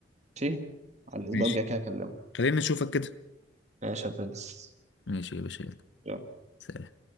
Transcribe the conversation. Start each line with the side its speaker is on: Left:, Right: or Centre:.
Right: ماشي على الاسبوع
Left: ماشي
Right: الجاي كده اكلمك
Left: خلينا نشوفك كده
Right: ماشي يا برنس
Left: ماشي يا باشا يلا
Right: يلا
Left: سلام